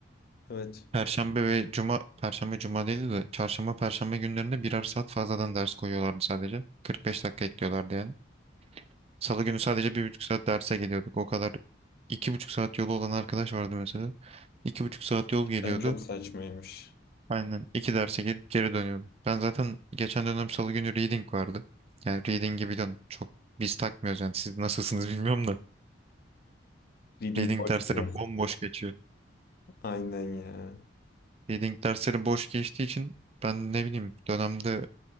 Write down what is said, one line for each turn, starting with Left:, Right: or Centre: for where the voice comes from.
Left: Evet.
Right: Perşembe ve cuma, perşembe cuma değildi de çarşamba perşembe günlerinde birer saat fazladan ders koyuyorlardı sadece. 45 dakika ekliyorlardı yani. Salı günü sadece bir buçuk saat derse geliyorduk. O kadar iki buçuk saat yolu olan arkadaş vardı mesela. İki buçuk saat yol geliyordu.
Left: Ben çok saçmaymış.
Right: Aynen iki derse gelip geri dönüyordu. Ben zaten geçen dönem salı günü reading vardı. Yani reading'i biliyorsun çok biz takmıyoruz yani siz nasılsınız bilmiyorum da.
Left: Reading
Right: Reading
Left: boş
Right: dersleri
Left: biraz.
Right: bomboş geçiyor.
Left: Aynen ya.
Right: Reading dersleri boş geçtiği için ben ne bileyim dönemde